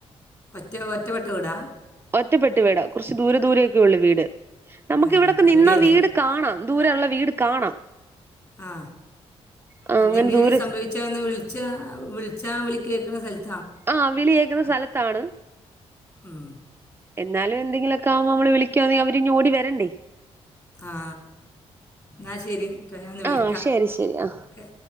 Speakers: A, on the left (about 25°); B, on the right (about 20°).
A: ഒറ്റ ഒറ്റവെട്ട വീടാ
B: ഒറ്റപ്പെട്ട് വീടാ കുറച്ച് ദൂരെ ദൂരെയൊക്കെ ഉള്ളൂ വീട് നമുക്ക്
A: ഏ
B: ഇവിടൊക്കെ
A: പേടിയല്ലേ
B: നിന്നാ വീട് കാണാം ദൂര ഉള്ള വീട് കാണാം
A: ആ
B: ആ
A: എന്തെങ്കിലും
B: അങ്ങനെ ദൂരെ
A: സംഭവിച്ചാൽ ഒന്ന് വിളിച്ചാ വിള- ച്ചാ വിളി കേൾക്കണ സ്ഥല-
B: ആ വിളി കേൾക്കുന്ന സ്ഥ- സ്ഥലത്താണ്
A: ഉം
B: എന്നാലും എന്തെങ്കിലുമൊക്കെ ആവുമ്പോ നമ്മള് വിളിക്കാണെങ്കിൽ അവര് ഓടി വരണ്ടേ
A: ആ എന്നാ ശരി ട്ടോ, ഞാൻ ഒന്ന് വിളിക്കാം
B: ആ ശരി ശരി ആ
A: ഓക്കെ